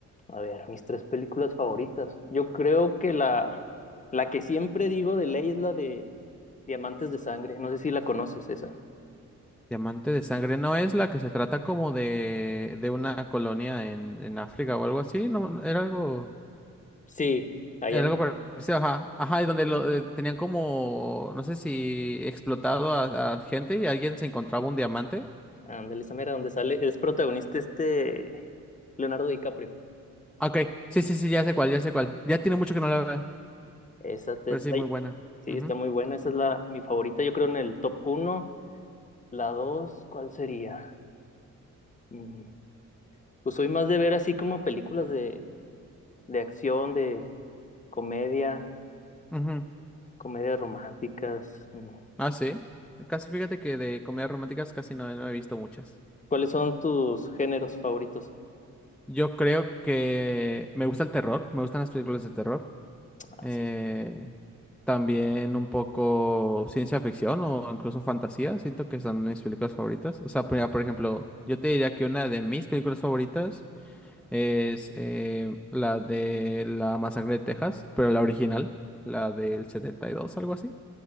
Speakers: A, on the left; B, in the centre.
A: A ver, mis tres películas favoritas. Yo creo que la, la que siempre digo de ley es la de Diamantes de Sangre. No sé si la conoces esa.
B: Diamante de Sangre no es la que se trata como de, de una colonia en, en África o algo así, no, no, era algo,
A: Sí, allá
B: era
A: en
B: algo parecido, ajá, ajá, y donde lo, eh, tenían como, no sé si explotado a, a gente y alguien se encontraba un diamante.
A: ándale, esa mera donde sale, es protagonista este Leonardo DiCaprio.
B: Ok, sí, sí, sí, ya sé cuál, ya sé cuál. Ya tiene mucho que no la veo,
A: Esa te
B: pero
A: esa-
B: sí, muy buena.
A: Sí,
B: Ujú,
A: está muy buena. Esa es la mi favorita. Yo creo en el top uno. La dos, ¿cuál sería? Mm, Pues soy más de ver así como películas de, de acción, de comedia.
B: ujú.
A: Comedias románticas. mm.
B: Ah, sí. Casi fíjate que de comedias románticas casi no, no he visto muchas.
A: ¿Cuáles son tus géneros favoritos?
B: Yo creo que me gusta el terror, me gustan las películas de terror.
A: Ah,
B: Eh,
A: sí,
B: también un poco ciencia ficción o incluso fantasía, siento que son mis películas favoritas. O sea, por por ejemplo, yo te diría que una de mis películas favoritas es eh, la de la masacre de Texas, pero la original, la del setenta y dos algo así.